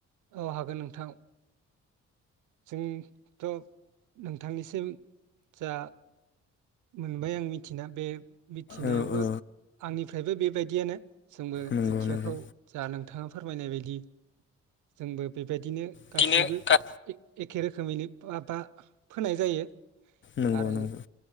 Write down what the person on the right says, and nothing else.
औ हागोन नोंथां जोंथ' नोंथांनिसिम जा मोनबाय आं मिथिना बे मिथिनायावबो
आंनि। फ्रायबो बेबायदियानो। जोंबो
खोथियाखौ
जा नोंथाङा फोरमायनाय बायदि जोंबो बे बायदिनो
गासैबो ए
एग एखे रोखोमैनो माबा फोनाय जायो।
आरो